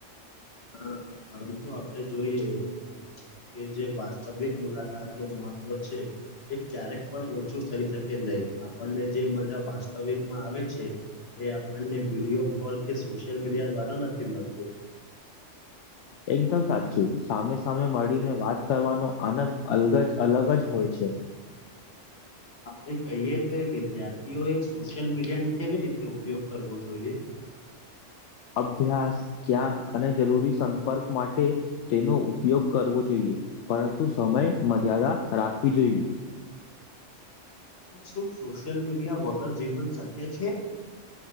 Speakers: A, on the left; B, on the left.
A: હા પરંતુ આપણે જોઈએ કે જે વાસ્તવિક મુલાકાત મહત્વ છે, એ ક્યારેક પણ ઓછું થઈ શકે નય આપણને જે મજા વાસ્તવિકમાં આવે છે, એ આપણને વિડીયો કોલ કે સોશિયલ મીડિયા દ્વારા નથી મળતુ
B: એકદમ સાચું સામે સામે મળીને વાત કરવાનો આનંદ અલગ જ અલગ જ હોય છે.
A: આપણે કહીએ તો વિદ્યાર્થીઓ એ સોશિયલ મીડિયા ને કેવી રીતે ઉપયોગ કરવો જોઈએ
B: અભ્યાસ જ્ઞાન અને જરૂરી સંપર્ક માટે તેનો ઉપયોગ કરવો જોઈએ પરંતુ સમય મર્યાદા રાખવી જોઈએ
A: હા શું સોશિયલ મીડિયા વગર જીવન શક્ય છે.